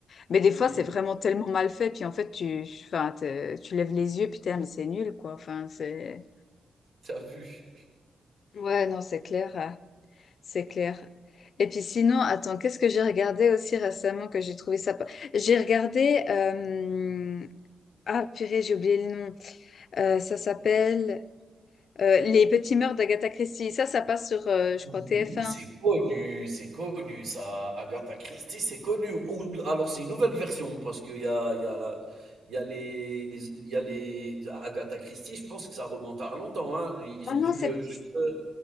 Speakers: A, on the left; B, on the right.
A: Mais des
B: oui,
A: fois, c'est vraiment tellement mal fait, puis en fait, tu, enfin, t'es- tu lèves les yeux, puis putain, mais c'est nul, quoi. Enfin, c'est.
B: <laughs> t'as vu.
A: Ouais, non, c'est clair, euh, c'est clair. Et puis sinon, attends, qu'est-ce que j'ai regardé aussi récemment que j'ai trouvé ça. pas- J'ai regardé. euh, Ah, purée, j'ai oublié le nom. Euh, ça s'appelle euh, Les Petits Mœurs d'Agatha Christie. Ça, ça passe sur, euh, je
B: Oui.
A: crois, TF1.
B: C'est connu, c'est connu ça. Agatha Christie, c'est connu. Ou alors c'est une nouvelle version parce qu'il y a, il y a, il y a les, il y a les Agatha Christie. Je pense que ça remonte à longtemps. hein. Ils
A: Ah
B: ont
A: non,
B: dû
A: c'est
B: euh, juste. euh,